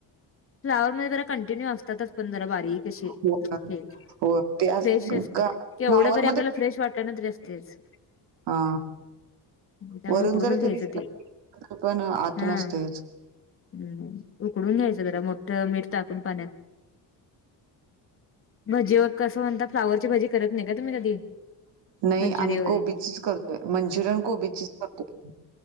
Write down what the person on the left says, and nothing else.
फ्लॉवर मध्ये जरा कंटिन्यू असतातच पण जरा बारीक अशे,
ते.
फ्रेश असत
केवढं
जरी आपल्याला
फ्रेश वाटलं ना तरी असतेच.
त्यामुळे
उकडूनच
घ्यायचं
हा
हम्म, उकडून घ्यायचं जरा मग. मीठ टाकून पाण्यात, भजीवर कस म्हणता फ्लॉवर ची भजी. करत नाही का तुम्ही कधी.
मंचुरी
वगैरे